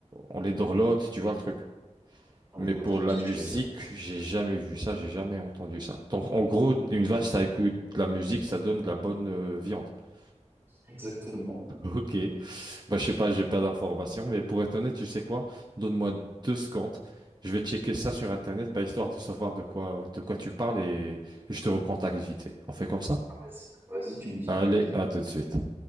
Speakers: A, on the right (about 35°); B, on the right (about 15°).
A: on les dorlote, tu vois le truc.
B: Ah,
A: Mais
B: Je vois
A: pour
B: très
A: la
B: bien ce
A: musique,
B: que tu veux dire.
A: j'ai jamais vu ça, j'ai jamais entendu ça. Donc en gros, une vache, ça écoute de la musique, ça donne de la bonne euh, viande. <laughs>
B: Exactement.
A: Ok. Bah je sais pas, j'ai pas d'informations, mais pour être honnête, tu sais quoi? Donne-moi deux secondes. Je vais checker ça sur internet, bah, histoire de savoir de quoi de quoi tu parles et je te recontacte vite fait. On fait comme ça?
B: Ah, Vas-y, vas-y, tu me dis.
A: Allez,
B: Vas-y.
A: à tout de suite.